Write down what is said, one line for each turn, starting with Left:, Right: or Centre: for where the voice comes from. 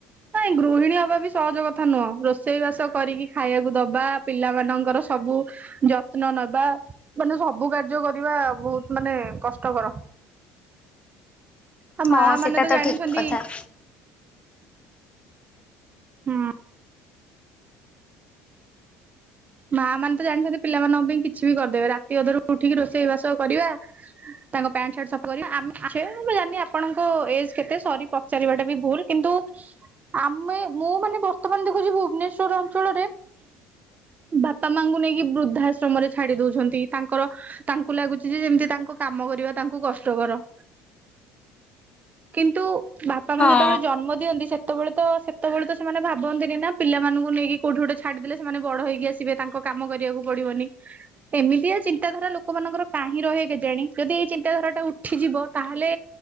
Right: ନାଇଁ ଗୃହିଣୀ ହବା ବି ସହଜ କଥା ନୁହଁ। ରୋଷେଇ ବାସ କରିକି ଖାଇବାକୁ ଦବା ପିଲା ମାନଙ୍କର ସବୁ ଯତ୍ନ ନବା ମାନେ ସବୁ କାର୍ଯ୍ୟ କରିବା, ବହୁତ ମାନେ କଷ୍ଟକର। ଆଉ
Left: ହଁ
Right: ମା ମାନେ
Left: ସେଟା ତ
Right: ଜାଣିଛନ୍ତି
Left: ଠିକ କଥା।
Right: ହୁଁ। ମା ମାନେ ତ ଜାଣିଛନ୍ତି ପିଲାମାନଙ୍କ ପାଇଁ କିଛି ବି କରିଦେବେ। ରାତି ଅଧରୁ ଉଠିକି ରୋଷେଇ ବାସ କରିବା ତାଙ୍କ ପ୍ୟାଣ୍ଟ ସାର୍ଟ ସବୁ ସଫା କ- ଆମେ- ଆ-ଝିଅ ମୁଁ ଜାଣିନି ଆପଣଙ୍କ ଏଜ କେତେ? ସରି ପ ଚାଲିବାଟା ବି ଭୁଲ କିନ୍ତୁ, ଆମେ ମୁଁ ମାନେ ବର୍ତ୍ତମାନ ଦେଖୁଛି ଭୁବନେଶ୍ଵର ଅଞ୍ଚଳରେ ବାପା ମାଙ୍କୁ ନେଇକି ବୃଦ୍ଧାଶ୍ରମରେ ଛାଡି ଦଉଛନ୍ତି। ତାଙ୍କର ତାଙ୍କୁ ଲାଗୁଛି ଯେ ଯେମିତି ତାଙ୍କ କାମ କରିବା ତାଙ୍କୁ କଷ୍ଟକର। କିନ୍ତୁ ବାପା
Left: ହଁ
Right: ମା ଯେତେବେଳେ ଜନ୍ମ ଦିଅନ୍ତି ସେ ତେବେଳେ ତ ସେତେବେଳେ ତ ସେମାନେ ଭାବନ୍ତିିନି ନା! ପିଲମାନଙ୍କୁ ନେଇକି କଉଠି ଗୋଟେ ଛାଡିଦଲେ ସେମାନେ ବଡ଼ ହେଇକି ଆସି ବେ, ତାଙ୍କ କାମ କରିବାକୁ ପଡିବନି। ଏମିତିଆ ଚିନ୍ତାଧାରା ଲୋକମାନଙ୍କର କାହିଁ ରହେ କେଜାଣି! ଯଦି ଏଇ ଚିନ୍ତାଧାରା ଟା ଉଠିଯିବ? ତାହେଲେ